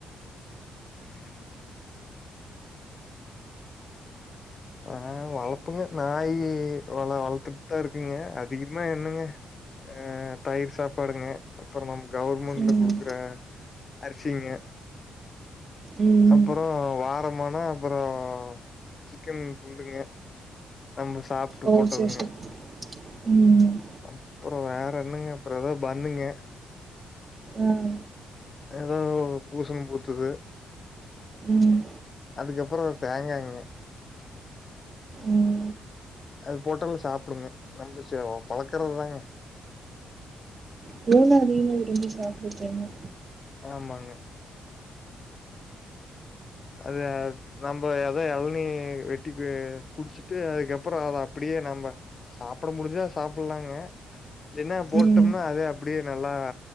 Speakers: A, on the left (about 40°); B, on the right (about 40°).
A: உஹம் ஆஹ் வளப்பாங்க நாய் வளத்துட்டு தான் இருக்குங்க அதிகமா என்னங்க ஆஹ் தயிர் சாப்பாடுங்க அப்புறம் நம் கவர்மெண்ட்ல
B: ம்
A: குடுக்குற அரிசிங்க
B: ம்
A: அப்புறம் வாரமானா அப்புறம் சிக்கன் துண்டுங்க நம்ம சாப்பிட்டு
B: ஓ
A: போட்டதுங்க
B: சரி சரி ம்
A: அப்ப அப்புறம் வேற என்னங்க அப்புறம் ஏதோ பன்ணுங்க
B: ஆஹ்
A: ஏதோ பூசணம் பூத்துது
B: ம்
A: அதுக்கப்புறம் பேங்காங்க
B: உம்
A: அது போட்டாலும் சாப்பிடுங்க நம்ம பழக்கறது தாங்க
B: பூனை அதிகமா விரும்பி சாப்பிடுச்சுங்க
A: ஆமாங்க அது நம்ம ஏதோ இளநி வெட்டி குடிச்சுட்டு அதுக்கப்புறம் அதை அப்படியே நம்ம சாப்பிட முடிஞ்சா சாப்பிடலாங்க இல்லைனா போட்டோம்னா
B: ம்
A: அதே அப்படியே நல்லா